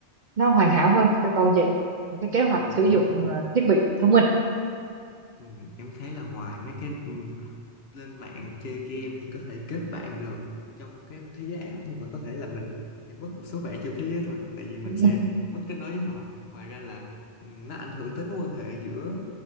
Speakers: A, on the right; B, on the left.
A: nó hoàn hảo hơn cho con chị Một cái kế hoạch
B: ừ,
A: sử dụng
B: em
A: à, thiết bị thông minh
B: ừ, em thấy là ngoài mấy cái ừ, lên mạng chơi game thì có thể kết bạn được trong cái thế giới ảo nhưng mà có thể là mình sẽ mất một số bạn trong thế giới thực tại vì mình
A: <laughs>
B: sẽ mất kết nối với họ ngoài ra là ừ, nó ảnh hưởng tới mối quan hệ giữa